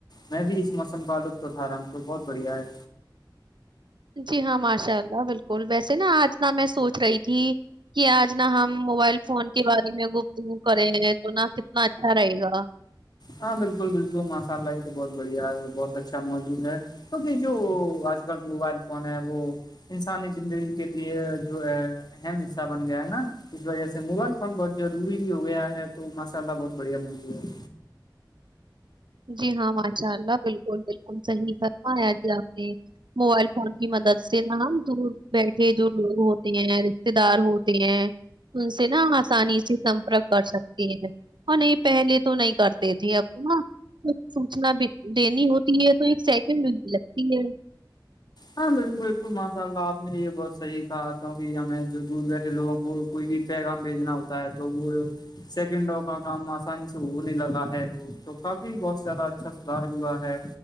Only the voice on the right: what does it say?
جی ہاں ماشاء اللہ بلکل ویسے نا آج نہ میں سوچ رہی تھی کہ آج نہ ہم موبائل فون کے بارے میں گفتگو کرے ہیں تو نہ کتنا اچھا رہے گا
جی ہاں ماشاء اللہ بلکل بلکل صحیح فرمایا جی آپ نے موبائل فون کی مدد سے نا دور بیٹھے جو لوگ ہوتے ہیں رشتے دار ہوتے ہیں ان سے نا آسانی سے سمپرک کر سکتی ہے ہاں نہیں پہلے تو نہیں کرتے تھی اب کو نا کچھ سوچنا بھی دینی ہوتی ہے تو ایک سیکنڈ بھی نہی لگتی ہے